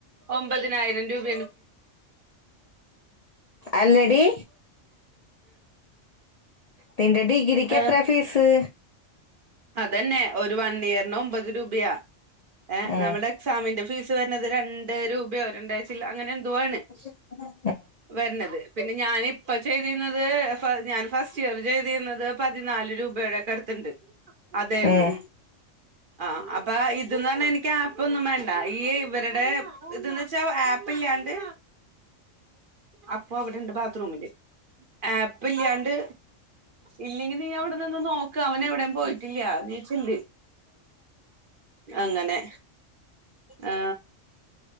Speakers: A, on the right (about 50°); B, on the left (about 50°).
A: ഒമ്പതിനായിരം രൂപ
B: അല്ലടി നിന്റെ ഡിഗ്രിക്ക് എത്ര
A: ആ
B: ഫീസ്
A: അതന്നെ ഒരു വണ്ണിയറിന് ഒമ്പത് രൂപയാ ഏ
B: ഉം
A: നമ്മുടെ എക്സാമിന്റെ ഫീസ് വരുന്നത് രണ്ടായിരം രൂപയോ രണ്ടാഴ്ച അങ്ങനെ എന്തുവാണ്
B: ഉ
A: വരണത് പിന്നെ ഞാന് ഇപ്പൊ ചെയ്തിരുന്നത് ഞാൻ ഫസ്റ്റ് ഇയർ ചെയ്തിരുന്നത് പതിനാല് രൂപയുടെയൊക്കെ അടുത്തുണ്ട് അതെരുന്നു
B: ഉം
A: ആ അപ്പൊ ഇത് തന്നെ എനിക്ക് ആപ്പ് ഒന്നും വേണ്ട ഈ ഇവരുടെ ഇതന്ന് വെച്ചാ ആപ്പ് ഇല്ലാണ്ട് അപ്പൊ അവിടെണ്ട് ബാത്ത്റൂമില് ആപ്പ ഇല്ലാണ്ട് ഇല്ലെങ്കി നീ അവിടെ നിന്ന് നോക്ക അവന എവിടെും പോയി ട്ടില്ല നീ ചെല്ല് അങ്ങനെ ആ